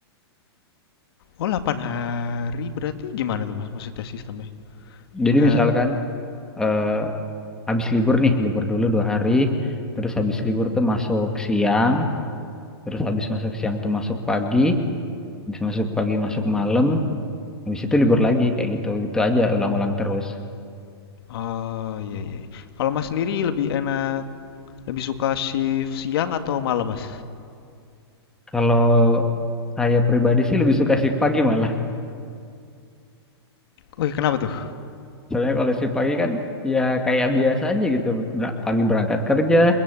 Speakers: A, on the left; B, in the centre.
A: Oh, 8 hari berarti gimana tuh Mas maksudnya sistemnya?
B: Jadi
A: Nggak,
B: misalkan eh habis libur nih, libur dulu dua hari, terus habis libur tuh masuk siang, terus habis masuk siang tuh masuk pagi, habis masuk pagi masuk malam, habis itu libur lagi kayak gitu, gitu aja ulang-ulang terus.
A: oh iya iya. iya. Kalau Mas sendiri lebih enak, lebih suka shift siang atau malam Mas?
B: Kalau saya pribadi sih lebih suka shift pagi malah.
A: Wih, kenapa tuh?
B: <laughs> Soalnya kalau shift pagi kan ya kayak biasa aja gitu, Ber- pagi berangkat kerja,